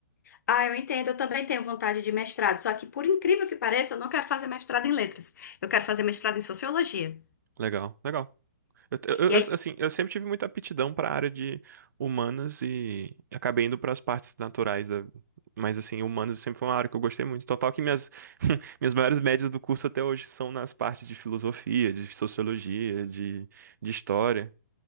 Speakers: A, on the left; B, on the right.
A: Ah, eu entendo, eu também tenho vontade de mestrado, só que por incrível que pareça, eu não quero fazer mestrado em letras. Eu quero fazer mestrado em sociologia.
B: Legal, legal. Eu, eu-
A: E
B: eu-
A: aí,
B: assim, eu sempre tive muita aptidão para a área de humanas e acabei indo para as partes naturais da... Mas assim, humanas sempre foi uma área que eu gostei muito. Total que minhas, <laughs> minhas maiores médias do curso até hoje são nas partes de filosofia, de sociologia, de, de história.